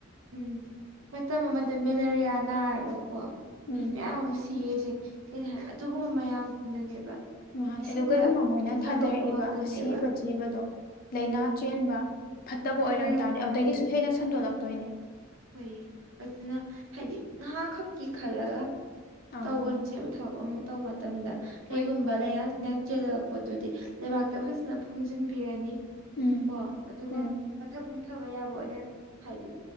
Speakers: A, on the right; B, on the left.
A: ꯎꯝ ꯃꯇꯝ ꯑꯃꯗ ꯃꯦꯂꯦꯔꯤꯌꯥ ꯅꯥꯔꯒꯀꯣ
B: ꯎꯝ
A: ꯃꯤ ꯃꯌꯥꯝ ꯑꯃ ꯁꯤꯌꯦꯁꯦ ꯀꯔꯤ ꯍꯥꯏ ꯑꯗꯨꯒꯨꯝꯕ ꯃꯌꯥꯝꯗꯨꯅꯅꯦꯕ
B: ꯃꯥꯅꯦ
A: ꯏꯁꯤꯡꯗ
B: ꯑꯗꯨ ꯀꯔꯤꯒꯨꯝꯕ ꯃꯣꯏꯅ
A: ꯁꯟꯗꯣꯛꯄ
B: ꯊꯥꯗꯔꯛꯏꯕ
A: ꯉꯥꯛꯇꯅꯦꯕ
B: ꯑꯁꯤꯕ ꯖꯤꯕꯗꯣ ꯂꯅꯥ ꯆꯦꯟꯕ ꯐꯠꯇꯕ ꯑꯣꯏꯔꯝ
A: ꯐ
B: ꯇꯥꯔꯗꯤ
A: ꯇꯥꯔ
B: ꯑꯗꯨꯗꯒꯤꯁꯨ ꯍꯦꯟꯅ ꯁꯟꯗꯣꯛꯂꯛꯇꯣꯏꯅꯦ
A: ꯍꯣꯏꯌꯦ ꯑꯗꯨꯅ ꯍꯥꯏꯗꯤ ꯅꯍꯥꯛ ꯈꯛꯀꯤ ꯈꯜꯂꯒ
B: ꯑꯪ
A: ꯇꯧꯒꯟꯁꯦꯕ ꯊꯕꯛ ꯑꯃ ꯇꯧꯕ ꯃꯇꯝꯗ ꯀꯩꯒꯨꯝꯕ
B: ꯍꯣꯏ
A: ꯂꯩꯍꯠ ꯆꯦꯜꯂꯒ ꯄꯣꯠꯇꯨꯗꯤ ꯂꯩꯕꯥꯛꯇ ꯐꯖꯅ ꯐꯨꯝꯖꯤꯟꯕꯤꯔꯅꯤ
B: ꯎꯝ
A: ꯀꯣ ꯑꯗꯨꯒ
B: ꯎꯝ
A: ꯃꯊꯛ ꯄꯨꯝꯊꯕ ꯌꯥꯕ ꯑꯣꯏꯅ ꯍꯥꯏꯗꯤ